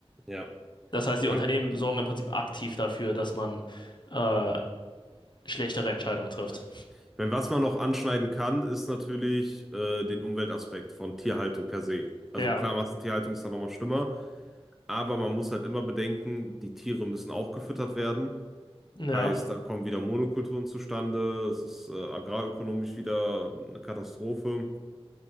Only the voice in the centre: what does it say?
Ja.
Man,
ich meine, was man noch anschneiden kann, ist natürlich äh, den Umweltaspekt von Tierhaltung per se. Also
klar, Massentierhaltung ist da nochmal schlimmer, aber man muss halt immer bedenken, die Tiere müssen auch gefüttert werden.
Heißt, da kommen wieder Monokulturen zustande, es ist äh, agrarökonomisch wieder eine Katastrophe